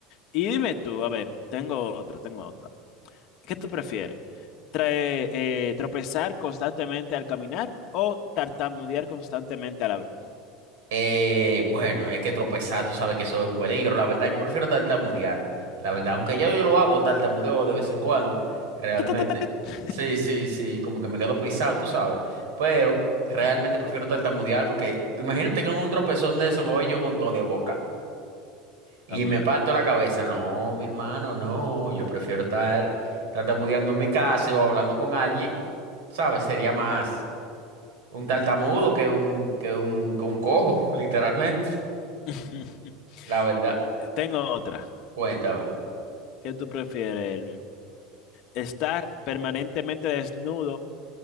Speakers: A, on the left (about 40°); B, on the right (about 80°).
A: Y dime tú, a ver, tengo otra, tengo otra. ¿Qué tú prefieres? Trae- eh, ¿Tropezar constantemente al caminar o tartamudear constantemente al hablar?
B: Eh, bueno, es que tropezar, tú sabes que eso es un peligro, la verdad. Yo prefiero tartamudear, la verdad. Aunque ya yo lo hago, tartamudeo de vez en cuando, realmente.
A: Ta, ta, ta, ta, ta.
B: Sí, sí, sí, como que me quedo pisado, tú sabes. Pero realmente prefiero tartamudear porque imagínate que en un tropezón de eso me voy yo con todo de boca y
A: También.
B: me parto la cabeza. No, mi hermano, no. Yo prefiero estar tartamudeando en mi casa o hablando con alguien, ¿sabes? Sería más un tartamudo que un, que un, que un cojo, <laughs> literalmente.
A: <laughs>
B: La verdad,
A: Tengo otra.
B: cuéntamelo.
A: ¿Qué tú prefieres, estar permanentemente desnudo,